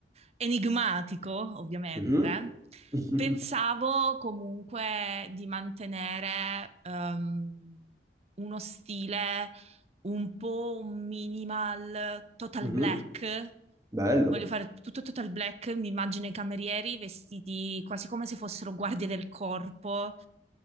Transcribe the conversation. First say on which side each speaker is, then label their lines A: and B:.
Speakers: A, on the right; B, on the right.
A: enigmatico, ovviamente,
B: Mhm. <laughs>
A: pensavo comunque di mantenere ehm, uno stile un po' un minimal total
B: Mhm.
A: black.
B: Bello.
A: Voglio fare tutto total black, mi immagino i camerieri vestiti quasi come se fossero guardie del corpo,